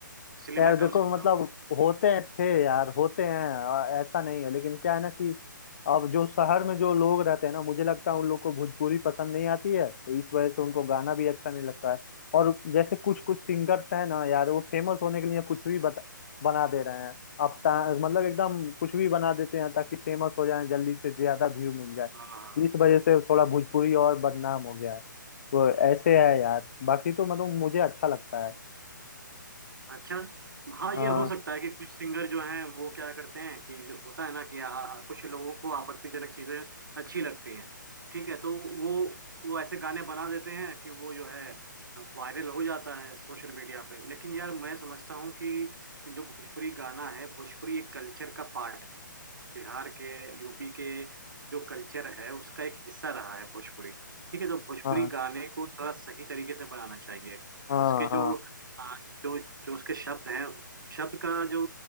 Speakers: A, on the right; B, on the left.
A: इसलिए
B: यार
A: मैं कम
B: देखो
A: सुनता
B: मतलब
A: हूँ
B: होते हैं थे यार होते हैं आ, ऐसा नहीं है लेकिन क्या है ना कि अब जो शहर में जो लोग रहते हैं ना मुझे लगता है उन लोग को भोजपुरी पसंद नहीं आती है तो इस वजह से उनको गाना भी अच्छा नहीं लगता है और जैसे कुछ कुछ सिंगर्स हैं ना यार वो फेमस होने के लिए कुछ भी बता बना दे रहे हैं अब ता- मतलब एकदम कुछ भी बना देते हैं ताकि फेमस हो जाए जल्दी से ज्यादा व्यू मिल जाए
A: हाँ
B: इस वजह से थोड़ा भोजपुरी और बदनाम हो गया है तो ऐसे है यार बाकी तो मतलब मुझे अच्छा लगता है
A: अच्छा हाँ ये
B: हाँ
A: हो सकता है कि कुछ सिंगर जो हैं वो क्या करते हैं कि जो होता है ना कि आ, आ- कुछ लोगों को आपत्तिजनक चीजें अच्छी लगती हैं ठीक है तो वो वो ऐसे गाने बना देते हैं कि वो जो है वायरल हो जाता है सोशल मीडिया पे लेकिन यार मैं समझता हूँ कि जो भोजपुरी गाना है भोजपुरी एक कल्चर का पार्ट है बिहार के यूपी के जो कल्चर है उसका एक हिस्सा रहा है भोजपुरी ठीक है तो भोजपुरी
B: हाँ
A: गाने को थोड़ा सही तरीके से बनाना चाहिए
B: हाँ
A: उसके जो
B: हाँ
A: आ, जो जो उसके शब्द हैं शब्द का जो